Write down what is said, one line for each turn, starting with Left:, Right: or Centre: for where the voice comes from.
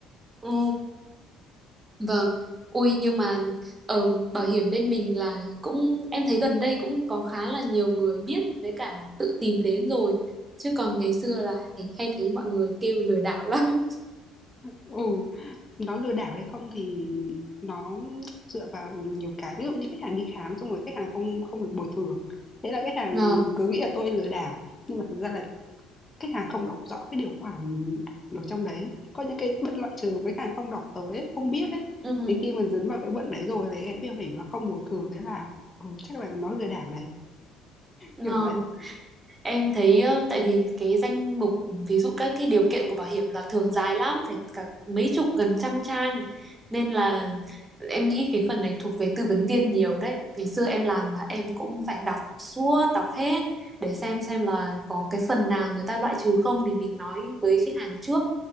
Right: Ừ, vâng. Ui nhưng mà ở bảo hiểm bên mình là cũng em thấy gần đây cũng có khá là nhiều người biết với cả tự tìm đến rồi. Chứ còn ngày xưa là hay, hay thấy mọi người kêu lừa đảo <laughs> lắm.
Left: ừ nó lừa đảo hay không thì nó dựa vào nhiều cái ví dụ như khách hàng đi khám xong rồi khách hàng không không được bồi thường thế là khách hàng
Right: Vâng.
Left: cứ nghĩ là tôi lừa đảo nhưng mà thật ra là khách hàng không đọc rõ cái điều khoản ở trong đấy có những cái bất loại trừ với khách hàng không đọc tới ấy, không biết ấy
Right: Ừ.
Left: thì khi mình dấn vào cái bận đấy rồi thì cái việc hỉ mà không bồi thường thế là ừ, chắc là nó lừa đảo đấy
Right: Vâng.
Left: kiểu vậy
Right: Em thấy ờ, tại vì cái danh mục ví dụ các cái điều kiện của bảo hiểm là thường dài lắm phải cả mấy chục gần trăm trang nên là em nghĩ cái phần này thuộc về tư vấn viên nhiều đấy. Ngày xưa em làm là em cũng phải đọc suốt, đọc hết để xem xem là có cái phần nào người ta loại trừ không thì mình nói với khách hàng trước.